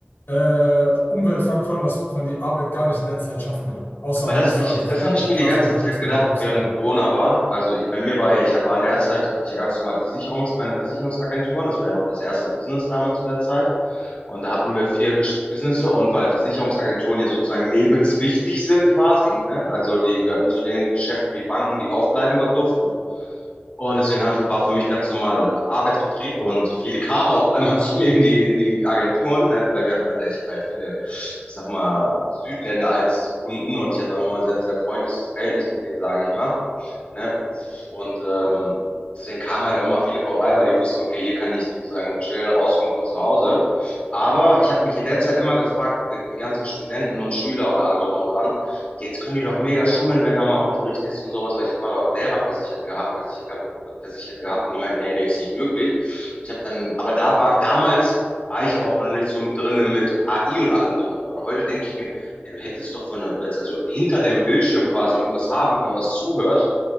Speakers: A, on the left (about 70°); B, on the left (about 40°).
A: äh, Umweltfaktoren, dass man die Arbeit gar nicht in der Zeit schaffen kann. Außer
B: Aber
A: man
B: das,
A: ist
B: ich,
A: da richtig
B: das habe ich mir
A: krass
B: die ganze
A: unterwegs
B: Zeit gedacht,
A: wie die Profs
B: während
A: selber.
B: Corona war. Also ich, bei mir war ja, ich hab- war in der Zeit, hatte ich ja ganz normal Versicherungs, meine Versicherungsagenturen. Das war ja noch das erste Business damals zu der Zeit. Und da hatten wir vier Ges- Businesse und weil Versicherungsagenturen ja sozusagen lebenswichtig sind quasi, ne? Also die gehörten zu den Geschäften wie Banken, die aufbleiben durften. Und deswegen hatte, war für mich ganz normal Arbeitsbetrieb und viele kamen auch <laughs> immer zu mir in die, in die Agenturen, ne? weil wir hatten halt, ich hatte halt viele, ich sag mal, Südländer als Kunden und ich hatte immer mal sehr, sehr freundliches Verhältnis mit denen, sage ich mal. Ne? Und ähm, deswegen kamen halt auch immer viele vorbei, weil die wussten, okay, hier kann ich sozusagen chillen, rauskommen von zu Hause. Aber ich habe mich in der Zeit immer gefragt, die ganzen Studenten und Schüler und alle drum und dran, jetzt können die doch mega schummeln, wenn da mal Unterricht ist und sowas, weil ich habe auch Lehrer versichert gehabt, versichert gehabt, versichert gehabt und die meinten, nee, nee, ist nicht möglich. Ich habe dann, aber da war damals war ich aber auch noch nicht so mit drin, mit AI und allem drum und dran. Heute denke ich mir, ey, du hättest doch von der, also hinter dem Bildschirm quasi irgendwas haben können, was zuhört